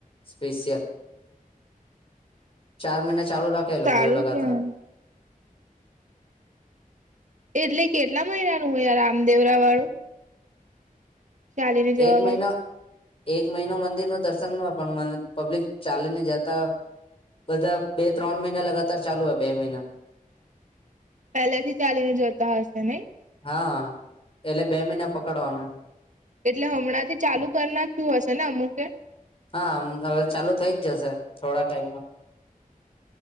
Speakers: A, on the left (about 40°); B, on the right (about 55°).
A: સ્પેશિયલ. ચાર મહિના ચાલુ રાખે એ લોકો
B: સારું
A: કે એવું લગાતાર.
B: કેવાય એટલે કેટલા મહિનાનું હોય આ રામદેવરા વાળું. ચાલીને
A: એક
B: જવા
A: મહિનો
B: વાળું
A: એક મહિનો મંદિર નુ દર્શન હોય પણ પબ્લિક ચાલીને જતા બધા બે ત્રણ મહિના લગાતાર ચાલુ હોય બે મહિના.
B: પેલે થી ચાલીને જતા હશે નઈ.
A: હા એટલે બે મહિના પકડવાનું.
B: એટલે હમણાં થી ચાલુ કરી નાખ્યું હશે ને અમુકે
A: હામ હવે ચાલુ થઇ જ જશે થોડા ટાઈમમાં.